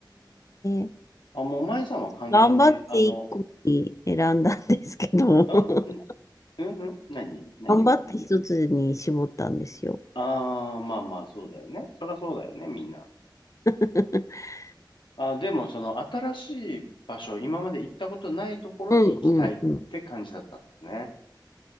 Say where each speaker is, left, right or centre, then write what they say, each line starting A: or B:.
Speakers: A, on the left (about 40°); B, on the left (about 85°).
A: ー、
B: あ、もう舞さんは完全に、
A: 頑張って一個に選んだんですけど、
B: あの、あ、
A: <laughs>
B: ん、ん、ん、何何を
A: 頑張って一つに絞ったんですよ。
B: ああー、まあまあ、そうだよね。そりゃそうだよね、みんな。
A: <laughs>
B: あ、でも、その、新しい場所、今まで行ったことないところに行きたいって感じだったんだね。
A: うん、うん、うん。